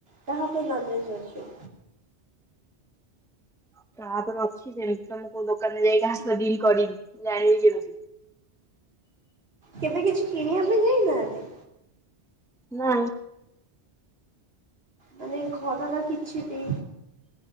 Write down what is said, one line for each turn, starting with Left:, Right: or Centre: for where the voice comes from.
Right: କାହା ଉପ ନଲେଜ ଅଛି?
Centre: ହ <unintelligible> ତାପରେ ଅଛି, ସେମିତି ତମ କୋଉ ଦୋକାନରେ ଯାଇ ଆସ ଡିଲ୍ କରିବି, ମୁ ଜାଣିବି କେମିତି <inaudible>
Right: କେବେ କିଛି କିଣିବା ପାଇଁ ଯାଇନାହାନ୍ତି?
Centre: ନା
Right: ମାନେ ଘରର କିଛି ବି